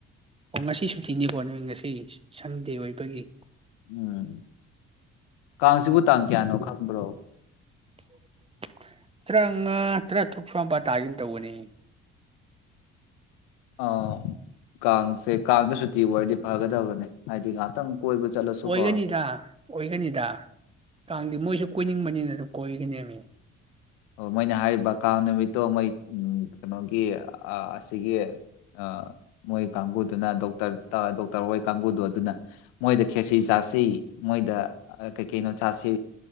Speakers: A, on the right (about 15°); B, on the left (about 65°).
A: ꯑꯣ ꯉꯁꯤ ꯁꯨꯇꯤꯅꯦꯀꯣ ꯅꯣꯏ ꯉꯁꯤ ꯁꯟꯗꯦ ꯑꯣꯏꯕꯒꯤ
B: ꯎꯝ ꯀꯥꯡꯁꯤꯕꯨ ꯇꯥꯡ ꯀꯌꯥꯅꯣ ꯈꯪꯕ꯭ꯔꯣ
A: <inaudible> ꯇꯔꯥꯃꯉꯥ ꯇꯔꯥ ꯇꯔꯨꯛ ꯁꯨꯋꯥꯄꯥ ꯇꯥꯒꯨꯝ ꯇꯧꯕꯅꯦ
B: ꯑꯣ ꯀꯥꯡꯁꯦ ꯀꯥꯡꯗ ꯁꯨꯇꯤ ꯑꯣꯏꯔꯗꯤ ꯐꯒꯗꯕꯅꯦ ꯍꯥꯏꯗꯤ ꯉꯥꯏꯍꯥꯛꯇꯪ ꯀꯣꯏꯕ ꯆꯠꯂꯁꯨꯀꯣ
A: ꯑꯣꯏꯒꯅꯤꯗ ꯑꯣꯏꯒꯅꯤꯗ ꯀꯥꯡꯗꯤ ꯃꯣꯏꯁꯨ ꯀꯣꯏꯅꯤꯡꯕꯅꯤꯅ ꯑꯗꯨꯝ ꯀꯣꯏꯒꯅꯦꯃꯤ
B: ꯑꯣ ꯃꯣꯏꯅ ꯍꯥꯏꯔꯤꯕ ꯀꯥꯡ ꯅꯨꯃꯤꯠꯇꯣ ꯃꯣꯏ ꯀꯩꯅꯣꯒꯤ ꯑꯥ ꯑꯁꯤꯒꯤ ꯑꯥ ꯃꯣꯏ ꯀꯥꯡꯒꯨꯗꯨꯅ ꯗꯣꯛꯇꯔ ꯗꯣꯛꯇꯔ ꯍꯣꯏ ꯀꯥꯡꯒꯨꯗꯣ ꯑꯗꯨꯅ ꯃꯣꯏꯗ ꯈꯦꯆꯤ ꯆꯥ ꯁꯤ ꯃꯣꯏꯗ ꯀꯩ ꯀꯩꯅꯣ ꯆꯥꯁꯤ